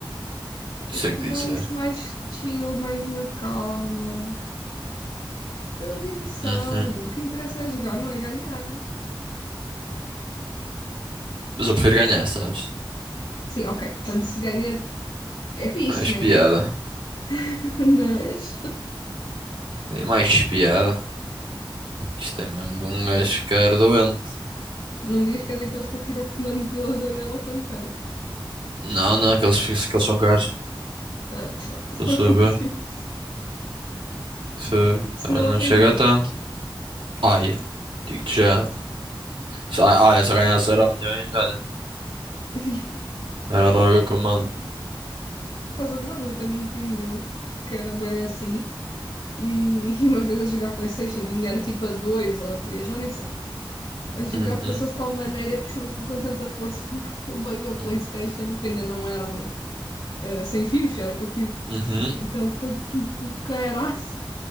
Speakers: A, on the right; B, on the left.
A: Isso
B: Tens que
A: é que
B: levar
A: dizer.
B: isso mais chill, mais na calma. Pela diversão.
A: Uhum.
B: O que interessa é jogar, não é ganhar.
A: Mas eu prefiro ganhar, sabes?
B: Sim, ok. Quando se ganha é fixe,
A: Mais
B: né?
A: piada.
B: <laughs> Mas
A: É mais piada. Isto é mesmo de um gajo ficar doente.
B: não me digas que é daqueles que atira o comando pela janela quando perde.
A: Não, não, que eles, que eles são caros.
B: Ah, pronto, <laughs>
A: Estou
B: pelo
A: a saber.
B: menos isso.
A: Foi.
B: Senão
A: Também não
B: até
A: chega
B: ia.
A: a tanto. Ai, digo-te já. Só- Olha, se eu ganhasse euro milhões, olha,
B: <laughs> Estás
A: era logo o que eu mando.
B: a gozar, mas eu tenho um primo meu que era bem assim. E e uma vez a jogar PlayStation, ainda era tipo a 2 ou a 3, já nem sei. A jogar
A: Uhum,
B: passou-se de tal maneira, puxou aquilo com tanta força <laughs> que veio a
A: uhum.
B: PlayStation, que ainda não eram ah, sem fios, era com fio.
A: uhum.
B: Então foi tudo com o caraço.